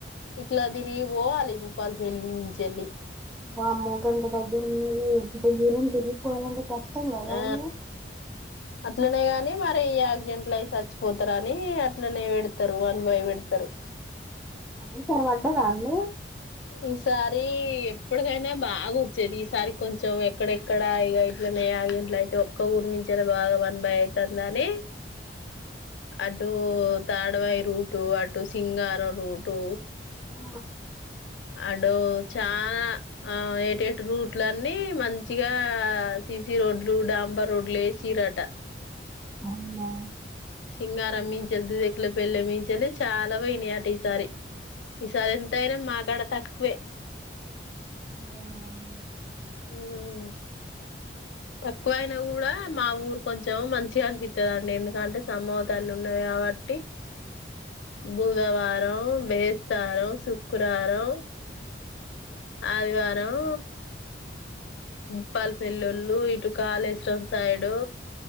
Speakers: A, on the left; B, in the centre.
A: ఇట్లా తిరిగి పోవాలి భూపాల్పేల్లి నించల్లి వెళ్ళలి
B: వామ్మో గంత దగ్గర వున్నది ఇంత దూరం తిరిగిపోవాలంటే కష్టం కదా
A: ఆ
B: అండి
A: అట్లనే గాని మరి యాక్సిడెంట్లు అయి సచ్చిపోతారు అని అట్లనే పెడతారు అనుభావి పెడతరు
B: ఇసర్వాడా దండి
A: ఈ సారి ఇప్పటికైనా బాగోచ్చేది ఈసారికి కొంచెం ఎక్కడెక్కడా ఇగ ఇట్లనే ఆ ఇట్ల అయితే ఒక క ఊర్మించలి బాగా వన్ బై అయితుందిని అటుూ తాడవాయి రూటు అటు సింగారం రూటు
B: ఆ
A: అడు చానా ఆ ఏటేటి రూట్ల అన్ని మంచిగా సిసి రోడ్లు డాంబా రోడ్లు ఏసిరట
B: అవునా
A: సింగారం మించాలు దుదకుల పెళ్ మించలి చాలా పోయినాయాట ఈసారి ఈ సారి ఎంతయినా మకాడ తక్కువే
B: అవునా అండి
A: ఉమ్ తక్కువయినా కూడా మా ఊరు కొంచెం మంచిగా అనిపిస్తుందిండి ఎందుకంటే సమ్మవ్వ తల్లి ఉన్నది కాబట్టి బుధవారం బెస్తారం శుక్రవారం ఆదివారం బోప్పాలపల్లిళ్ళు ఇటు కాళేశ్వరం సైడు